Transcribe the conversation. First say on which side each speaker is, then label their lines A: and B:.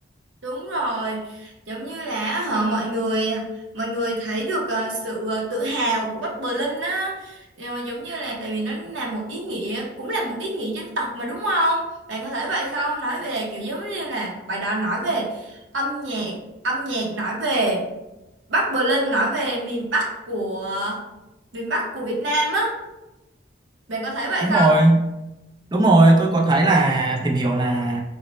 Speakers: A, on the right (about 80°); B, on the right (about 25°).
A: Đúng rồi, giống như là họ mọi người mọi người thấy được ờ, sự ờ, tự hào của Bắc Berlin á. Rồi giống như là tại vì nó là một ý nghĩa cũng là một ý nghĩa dân tộc mà đúng không? Bạn có thấy vậy không? Nói về kiểu giống như là bài đó nói về âm nhạc, âm nhạc nói về Bắc Berlin nói về miền Bắc của miền Bắc của Việt Nam á bạn có thấy vậy
B: đúng
A: không
B: rồi Đúng rồi, tôi có thấy là tìm hiểu là